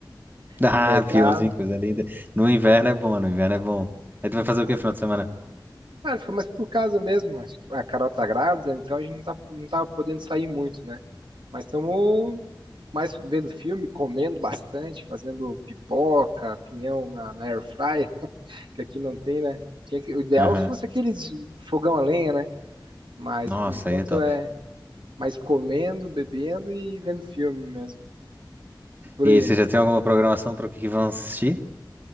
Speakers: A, on the right (about 25°); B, on the right (about 85°).
A: <laughs> Ah,
B: no mercado.
A: peãozinho, coisa linda. No inverno é bom, no inverno é bom. Aí tu vai
B: Sim,
A: fazer o que
B: sim.
A: no final de semana?
B: Cara, fica mais por casa mesmo. mas A Carol tá grávida, então a gente não tá, não tá podendo sair muito, né? Mas estamos mais vendo filme, comendo bastante, fazendo pipoca, pinhão na, na air fryer, que aqui não tem, né? Tinha que, o ideal
A: Aham.
B: fosse aqueles fogão a lenha, né? Mas
A: Nossa,
B: por enquanto
A: aí é top.
B: é mais comendo, bebendo e vendo filme mesmo. E por
A: E
B: aí.
A: você já tem alguma programação para o que que vão assistir?